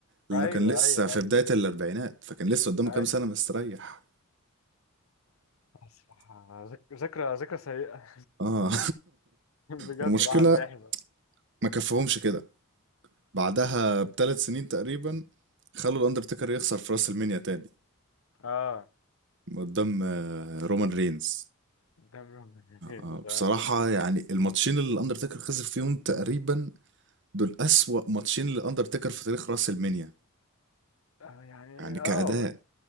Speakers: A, on the right; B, on the left.
A: لانه
B: ايوه
A: كان لسه
B: ايوه
A: في
B: ايوه
A: بداية الاربعينات فكان لسه قدامه
B: أيوة.
A: كام سنة مستريح
B: الصراحة ذك- ذكرى ذكرى سيئة
A: اه
B: <laughs> بجد
A: <laughs> والمشكلة
B: الواحد بيحزن
A: ما كفهمش كده بعدها بثلاث سنين تقريبا خلوا الاندرتيكر يخسر في راس المنيا تاني
B: اه
A: قدام آه، رومان رينز
B: قدام ربنا
A: آه،
B: مش اه
A: بصراحة يعني الماتشين اللي الاندرتيكر خسر فيهم تقريبا دول اسوأ ماتشين للاندرتيكر في تاريخ راس المنيا
B: آه، يعني
A: يعني كأداء
B: اه